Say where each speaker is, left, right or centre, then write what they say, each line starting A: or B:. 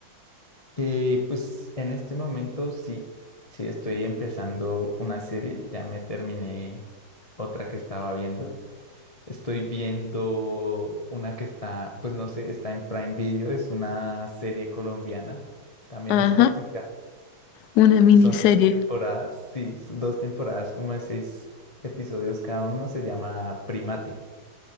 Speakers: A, on the left; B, on the left.
A: Eh, pues en este momento sí, sí estoy empezando una serie. Ya me terminé otra que estaba viendo. Estoy viendo una que está, pues no sé, está en Prime Video, es una serie colombiana, también
B: Ajá.
A: es cortica.
B: Una miniserie.
A: Son dos temporadas, sí, son dos temporadas como de seis episodios cada uno, se llama Primate.